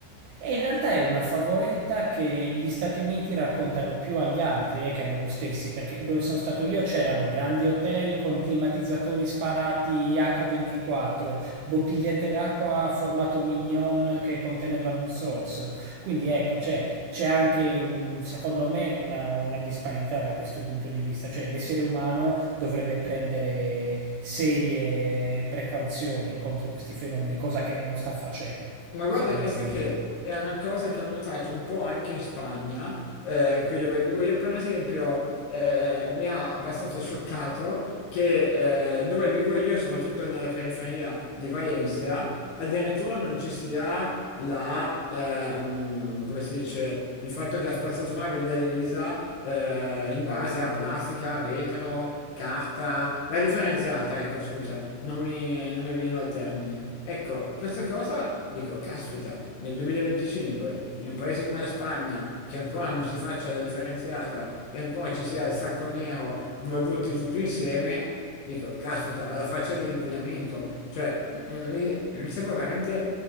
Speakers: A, on the right; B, on the left.
A: è in realtà è una favoletta che gli Stati Uniti raccontano più agli altri eh, che a loro stessi, perché dove sono stato io c'erano grandi hotel con climatizzatori sparati H24, bottigliette d'acqua formato mignon che contenevano un sorso. Quindi ecco, cioè, c'è anche un, secondo me una, una disparità da questo punto di vista, cioè l'essere umano dovrebbe prendere serie precauzioni contro questi fenomeni, cosa che non sta facendo,
B: Ma guarda
A: se- a
B: che
A: mio
B: sai
A: avviso.
B: che è una cosa che ho notato un po' anche in Spagna, eh, qui dove vivo io, per esempio, eh, mi ha abbastanza scioccato che eh, dove vivo io, soprattutto nella periferia di Valencia, addirittura non ci sia la, ehm, come si dice, il fatto che la spazzatura venga divisa eh, in base a plastica, vetro, carta, la differenziata, ecco scusa, non mi, non mi veniva il termine. Ecco, questa cosa dico, caspita, nel 2025, in un paese come la Spagna, che ancora non si faccia la differenziata e ancora ci sia il sacco nero dove butti tutto insieme, Dico, caspita, alla faccia dell'inquinamento, cioè mm, mi, mi sembra veramente